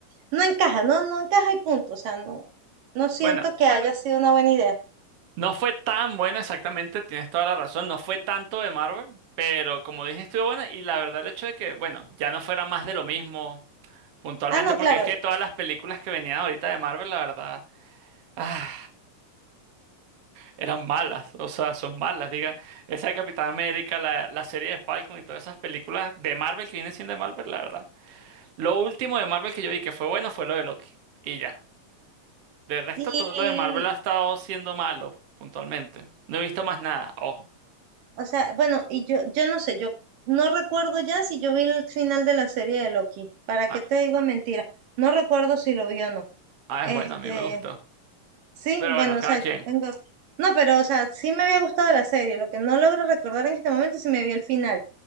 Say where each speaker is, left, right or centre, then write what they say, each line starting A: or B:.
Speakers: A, on the right; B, on the right.
A: no encaja, no, no encaja y punto. O sea, no, no siento
B: Bueno,
A: que haya sido una buena idea.
B: no fue tan buena exactamente, tienes toda la razón, no fue tanto de Marvel, pero como dije, estuvo buena y la verdad el hecho de que, bueno, ya no fuera más de lo mismo puntualmente,
A: Ah, no,
B: porque
A: claro.
B: es que todas las películas que venían ahorita de Marvel, la verdad, ah, eran malas, o sea, son malas, diga, esa de Capitán América, la, la serie de Falcon y todas esas películas de Marvel que vienen siendo de Marvel, la verdad. Lo último de Marvel que yo vi que fue bueno fue lo de Loki, y ya. De resto,
A: Y,
B: todo lo de Marvel ha estado siendo malo, puntualmente. No he visto más nada, ojo.
A: o sea, bueno, y yo, yo no sé, yo no recuerdo ya si yo vi el final de la serie de Loki. ¿Para
B: Ah,
A: qué te digo mentira? No recuerdo si lo vi o no.
B: ah,
A: Este,
B: es bueno, a mí me gustó.
A: sí,
B: Pero
A: bueno,
B: bueno, cada
A: o sea,
B: quien.
A: tengo, no, pero, o sea, sí me había gustado la serie. Lo que no logro recordar en este momento es si me vi el final.